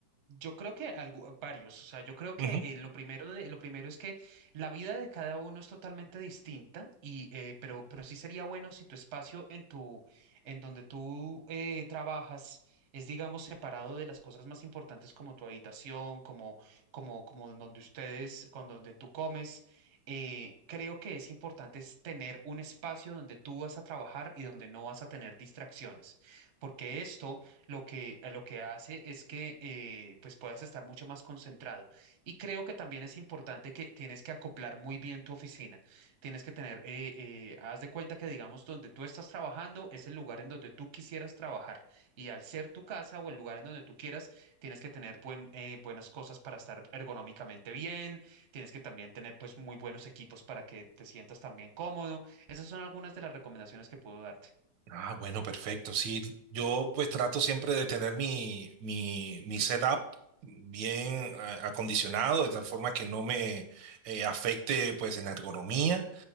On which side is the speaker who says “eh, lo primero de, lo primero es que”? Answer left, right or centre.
Right